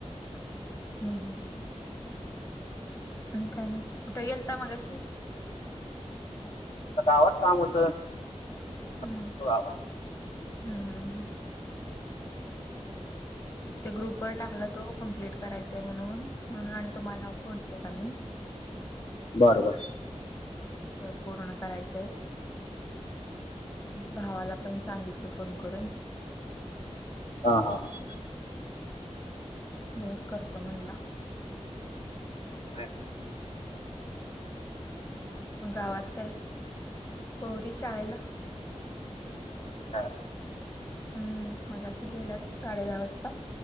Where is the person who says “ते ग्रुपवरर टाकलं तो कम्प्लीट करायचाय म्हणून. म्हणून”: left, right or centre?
Left